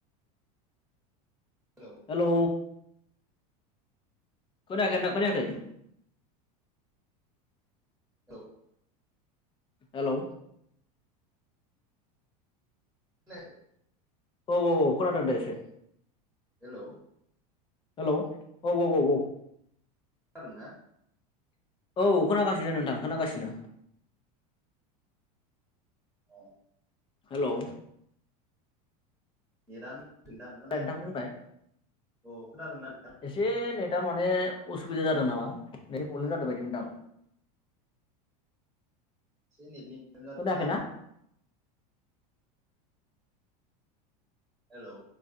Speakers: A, in the centre; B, on the left.
A: हेलौ।
B: हेलौ खोनाखै नोंथां खोनाखै।
A: <unintelligible>
B: हेलौ।
A: खोनायाखै।
B: औ औ औ खोनादों दे एसे।
A: हेलौ।
B: हेलौ औ औ औ औ।
A: खोनादोंना?
B: औ खोनागासिनो नोंथां खोनागासिनो।
A: औ।
B: हेलौ।
A: नेटानो नोंथां होनायाखै
B: दे बुंनाय
A: आं अ खोनादोंना नोंथां?
B: एसे नेटआ माने असुबिदा जादों नामा? नेट प्रब्लेम जादों बायदि मोनदां।
A: एसे नेटनि <unintelligible>
B: खोनायाखैना
A: हेल'